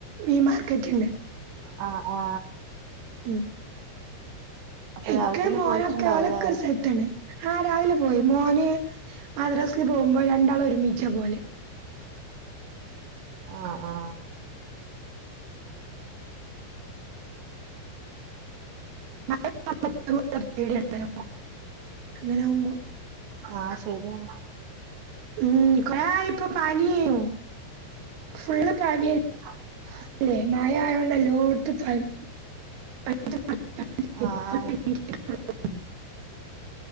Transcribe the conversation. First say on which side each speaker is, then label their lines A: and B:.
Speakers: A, on the right; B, on the right.
A: മീൻ മാർക്കറ്റ് ഇണ്ട്
B: ആ ആ
A: ഉം
B: അപ്പൊ
A: ഇക്കയും
B: രാവിലെ തന്നെ
A: മോനൊക്കെ
B: പോയിട്ടുണ്ടാവൂലേ
A: ഓലൊക്ക ഒരു സെറ്റ് ആണ് ആ രാവിലെ പോയി മോന് മദ്രാസില് പോകുമ്പോ രണ്ടാള് ഒരുമിച്ചാ പോവല്
B: ആ ആ
A: <inaudible> പേടി <inaudible> അങ്ങനെ ആവുമ്പോ
B: ആ ശരി ആവും
A: ഉം കൊറായി ഇപ്പൊ പാനിയും ഫുള്ള് പനി
B: <unintelligible> <inaudible>
A: ഇല്ലേ മഴ ആയോണ്ട് എല്ലോടുത്തും പനി <inaudible>
B: ആഹ്